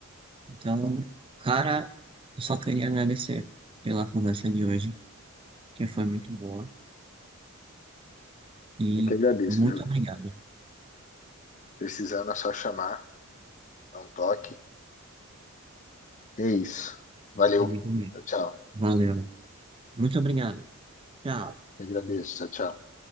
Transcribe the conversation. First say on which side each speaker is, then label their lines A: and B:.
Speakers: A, on the right; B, on the left.
A: Então, cara, eu só queria agradecer pela conversa de hoje, que foi muito boa. E
B: Eu que agradeço,
A: muito
B: viu?
A: obrigado.
B: Precisando é só chamar, dá um toque. É isso. Valeu.
A: Eu digo mesmo.
B: Tchau, tchau.
A: Valeu. Muito obrigado. Tchau.
B: Eu agradeço. Tchau, tchau.